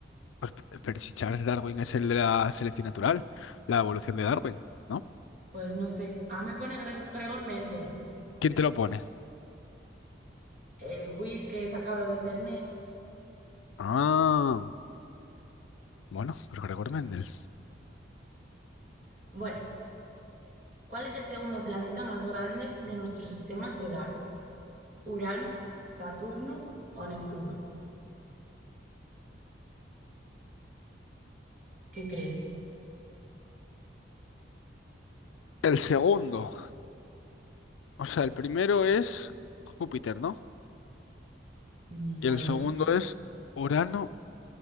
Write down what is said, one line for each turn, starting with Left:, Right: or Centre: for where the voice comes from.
Left: Pues, Pero si Charles Darwin es el de la selección natural, la evolución de Darwin, ¿no?
Right: pues no sé. A me pone Gre- Gregor Mendel,
Left: ¿Quién te lo pone?
Right: el quiz que he sacado de internet.
Left: Ah, bueno, pues Gregor Mendel.
Right: Bueno, ¿cuál es el segundo planeta más grande de nuestro sistema solar? ¿Urano, Saturno o Neptuno? ¿Qué crees?
Left: El segundo, o sea, el primero es Júpiter, ¿no?
Right: No
Left: Y el
Right: lo
Left: segundo
Right: sé.
Left: es Urano.